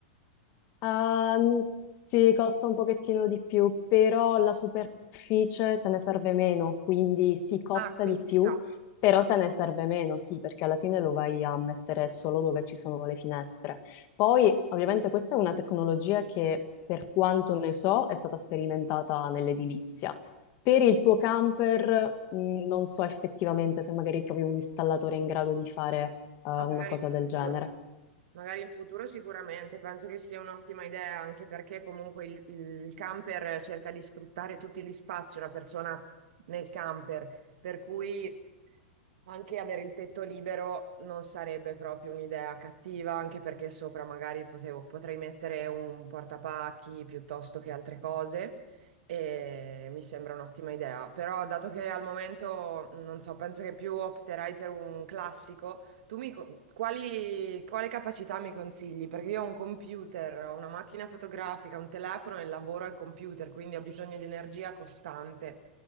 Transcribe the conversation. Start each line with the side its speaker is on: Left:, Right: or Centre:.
Left: Ehm, sì, costa un pochettino di più, però la superficie te ne serve meno, quindi sì, costa
Right: Ah, quindi
Left: di più,
Right: già,
Left: però te ne serve meno, sì, perché alla fine lo vai a mettere solo dove ci sono le finestre. Poi, ovviamente, questa è una tecnologia che, per quanto ne so, è stata sperimentata nell'edilizia. Per il tuo camper, mh, non so effettivamente se magari trovi un installatore in grado di fare, eh, una
Right: Ah, magari
Left: cosa
Right: in futuro.
Left: del genere.
Right: Magari in futuro sicuramente, penso che sia un'ottima idea anche perché comunque il, il camper cerca di sfruttare tutti gli spazi, una persona nel camper, per cui anche avere il tetto libero non sarebbe proprio un'idea cattiva, anche perché sopra magari potevo- potrei mettere un portapacchi piuttosto che altre cose e mi sembra un'ottima idea, però dato che al momento non so, penso che più opterai per un classico. Tu mi quali, quale capacità mi consigli? Perché io ho un computer, ho una macchina fotografica, un telefono e lavoro al computer, quindi ho bisogno di energia costante.